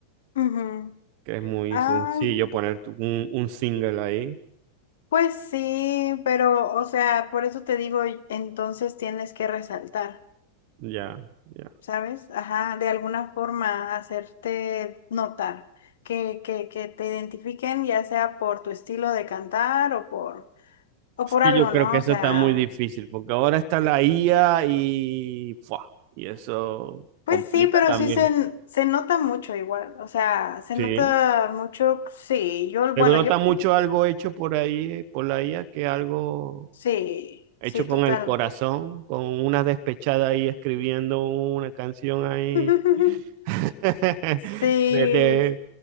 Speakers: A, on the left; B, on the right.
A: Ujú.
B: que es muy
A: Ah,
B: sencillo poner tu- un, un single ahí.
A: pues sí, pero o sea, por eso te digo, y- entonces tienes que resaltar,
B: Ya, ya.
A: ¿sabes? Ajá, de alguna forma hacerte notar, que, que, que te identifiquen ya sea por tu estilo de cantar o por, o
B: Es
A: por
B: que
A: algo,
B: yo creo
A: ¿no?
B: que eso
A: O sea...
B: está muy difícil, porque ahora está la IA y, ¡fua! y eso
A: Pues
B: complica
A: sí, pero
B: también.
A: sí se, n- se nota mucho igual, o sea, se
B: Sí,
A: nota mucho, sí, yo,
B: Le
A: bueno,
B: gusta
A: yo,
B: mucho algo hecho por ahí, por la IA, que algo
A: sí,
B: hecho
A: sí,
B: con
A: total.
B: el corazón, con una despechada ahí escribiendo una canción ahí
A: <laughs>
B: <laughs>
A: Sí,
B: de- de-